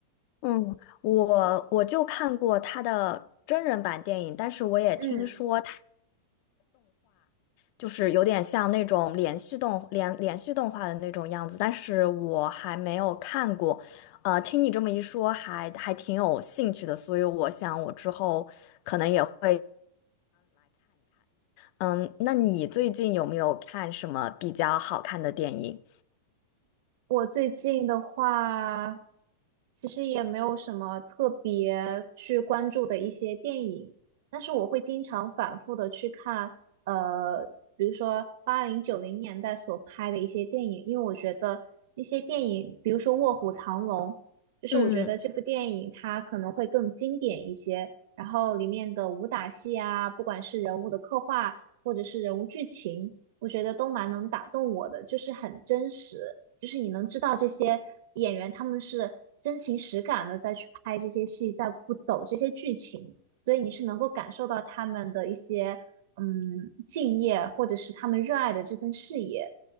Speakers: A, on the left; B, on the right.
A: 嗯，我我就看过他的真人版电影，但是我也听说。
B: 嗯，
A: 就是有点像那种连续动连连续动画的那种样子，但是我还没有看过。呃，听你这么一说还，还挺有兴趣的，所以我想我之后可能也会。嗯，那你最近有没有看什么比较好看的电影？
B: 我最近的话，其实也没有什么特别去关注的一些电影，但是我会经常反复的去看，呃，比如说八零九零年代所拍的一些电影，因为我觉得那些电影，比如说《卧虎藏龙》，就是我觉得这部电影它可能会更经典一些，
A: 嗯。
B: 然后里面的武打戏啊，不管是人物的刻画或者是人物剧情，我觉得都蛮能打动我的，就是很真实。就是你能知道这些演员他们是真情实感的在去拍这些戏，在不走这些剧情，所以你是能够感受到他们的一些嗯敬业，或者是他们热爱的这份事业。